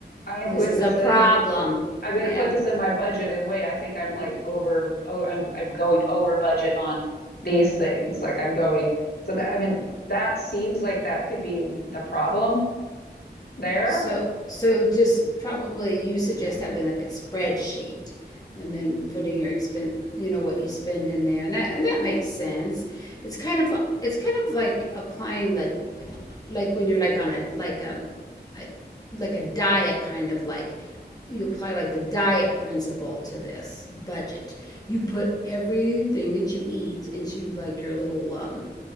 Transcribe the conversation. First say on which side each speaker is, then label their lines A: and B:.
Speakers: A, on the left; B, on the left.
A: I'm gonna
B: is
A: put this
B: a problem.
A: in. I'm
B: Yeah.
A: gonna put this in my budget, and wait, I think I'm
B: hmm
A: like over. Oh, I'm I'm going over budget on these things. Like I'm going. So that I mean, that seems like that could be the problem there.
B: So, so just probably you suggest having like a spreadsheet and then putting your expense, you know, what you spend in there. And that, and that makes sense. It's kind of, it's kind of like applying the like when you're like on a like um I- like a diet kind of like you apply like the diet principle to this budget. You put everything that you eat into like your little um